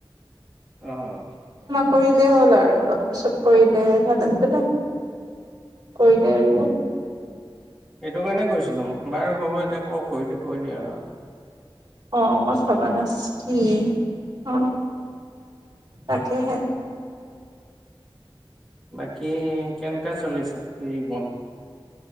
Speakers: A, in the centre; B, on the right.
A: অ'!
B: কৰিলে হ'ল আৰু অলপ পিছত, কৰিলে ভাল আছিলে। কৰিলে আৰু
A: এইটো কাৰণে, কৈছিলোঁ বাৰু হ'ব এতিয়া। ক কৰিলি কৰিলি আৰু।
B: অ মছ ভবা নাছ কি অ তাকেহে।
A: বাকী কেনেকা চলিছে জীৱন?